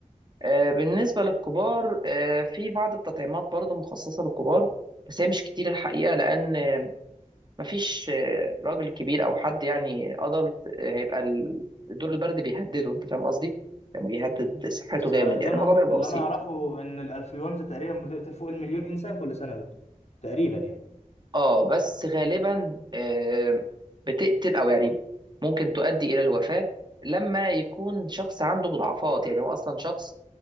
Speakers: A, on the right; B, on the left.
A: آه، بالنسبة للكبار آه، في بعض التطعيمات برضو مخصصة للكبار بس هي مش كتير الحقيقة لأن آه، مفيش آه، راجل كبير أو حد يعني أدلت هيبقى ال- الدور البرد بيهدده أنت فاهم قصدي؟ يعني بيهدد صحته
B: بس
A: جامد
B: اللي
A: يعني
B: انا
A: الموضوع بيبقى
B: اللي
A: بسيط
B: انا اعرفه ان الانفلونزا تقريبا بتقتل فوق المليون انسان كل سنة يا دكتور تقريبا يعني
A: اه بس غالبا آه، بتقتل أو يعني ممكن تؤدي إلى الوفاة لما يكون شخص عنده مضاعفات يعني هو أصلا شخص